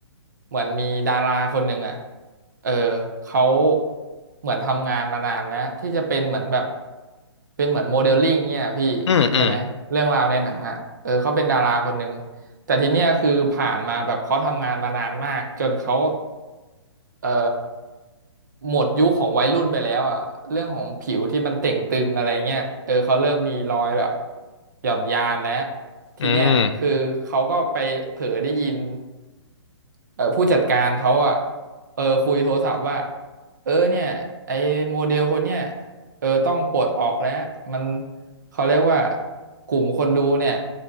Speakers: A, on the right; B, on the left.
A: เหมือนมีดาราคนหนึ่งอ่ะเออเขาเหมือนทำงานมานานแล้วที่จะเป็นเหมือนแบบเป็นเหมือนโมเดลลิ่งเนี่ยพี่ใช่ไหมเรื่องราวในหนังอ่ะเออเขาเป็นดาราคนหนึ่ง
B: อืมอืม
A: แต่ทีเนี้ยคือผ่านมาแบบเขาทำงานมานานมากจนเขา เอ่อหมดยุคของวัยรุ่นไปแล้วอ่ะเรื่องของผิวที่มันเต่งตึงอะไรเงี้ยเออเขาเริ่มมีรอยแบบหย่อนยานแล้วทีเนี้ยคือเขาก็ไปเผลอได้ยิน
B: อืม
A: เออผู้จัดการเขาอ่ะเออคุยโทรศัพท์ว่าเออเนี่ยไอ้โมเดลคนเนี้ยเออต้องปลดออกแล้วมันเขาเรียกว่ากลุ่มคนดูเนี่ย